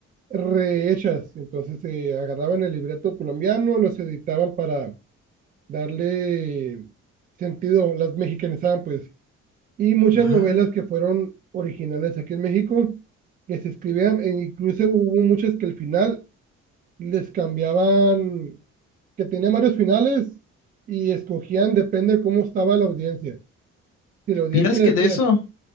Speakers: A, on the right; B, on the left.
A: rehechas. Entonces eh, agarraban el libreto colombiano, los editaban para darle sentido, las mexicanizaban pues. Y muchas
B: Ah.
A: novelas que fueron originales aquí en México, que se escribían, e incluso hubo muchas que al final les cambiaban, que tenían varios finales y escogían, depende de cómo estaba la audiencia. Si la audiencia
B: Vieras
A: decía,
B: que de eso,